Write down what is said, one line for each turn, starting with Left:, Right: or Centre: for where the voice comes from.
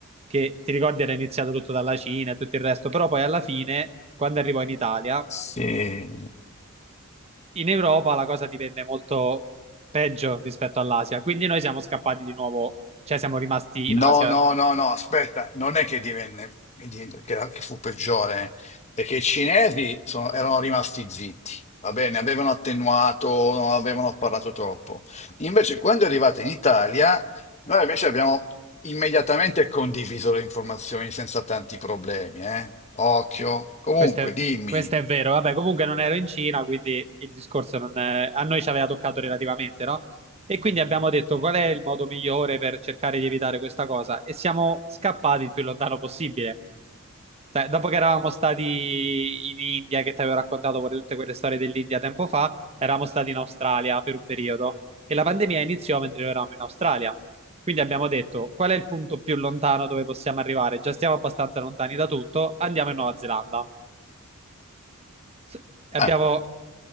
Right: che ti ricordi era iniziato tutto dalla Cina e tutto il resto, però poi alla fine, quando arrivò in Italia
Left: sì.
Right: in Europa la cosa divenne molto peggio rispetto all'Asia, quindi noi siamo scappati di nuovo, cioè siamo rimasti
Left: No,
Right: in Asia
Left: no, no, no, aspetta, non è che divenne, che divenne- che- che fu peggiore, è che i cinesi sono- erano rimasti zitti, va bene, avevano attenuato, non avevano parlato troppo. Invece, quando è arrivata in Italia, noi invece abbiamo immediatamente condiviso le informazioni senza tanti problemi, eh? Occhio. Comunque,
Right: Questo è,
Left: dimmi.
Right: questo è vero. Vabbè, comunque non ero in Cina, quindi il discorso non è- a noi ci aveva toccato relativamente, no? E quindi abbiamo detto qual è il modo migliore per cercare di evitare questa cosa e siamo scappati il più lontano possibile. Sai, dopo che eravamo stati in India, che ti avevo raccontato pure tutte quelle storie dell'India tempo fa, eravamo stati in Australia per un periodo e la pandemia iniziò mentre noi eravamo in Australia. Quindi abbiamo detto qual è il punto più lontano dove possiamo arrivare? Già stiamo abbastanza lontani da tutto, andiamo in Nuova Zelanda. S- Abbiamo,
Left: Ah,